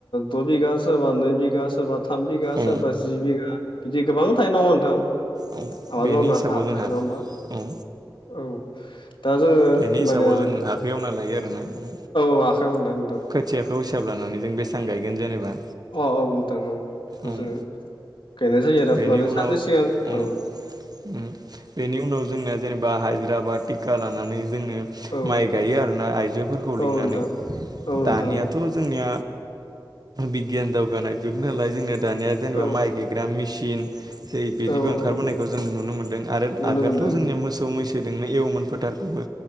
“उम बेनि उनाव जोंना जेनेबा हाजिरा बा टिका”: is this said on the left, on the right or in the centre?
Right